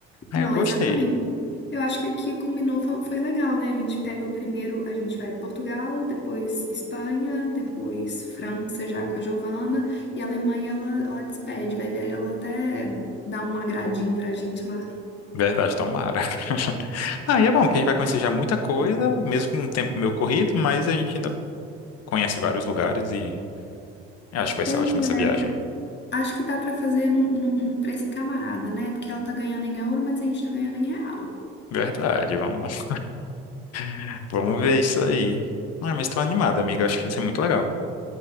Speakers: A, on the left (about 60°); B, on the left (about 35°).
A: Aí
B: Não,
A: eu gostei.
B: exatamente. Eu acho que aqui combinou, fo- foi legal, né? A gente pega o primeiro, a gente vai Portugal, depois Espanha, depois França já com a Giovana, e a Alemanha ela, ela despede, vai ver ela até dar um agradinho pra gente lá.
A: Verdade, tomara. <laughs> Ah, e é bom que a gente vai conhecer já muita coisa, mesmo um tempo meio corrido, mas a gente ainda conhece vários lugares e eu acho que vai
B: Pois
A: ser ótima essa viagem.
B: é, acho que dá pra fazer num, num, num preço camarada, né? Porque ela tá ganhando em euro, mas a gente tá ganhando em real.
A: Verdade, vamos, <laughs> vamos ver isso aí. Ah, mas tô animada amiga, acho que vai ser muito legal.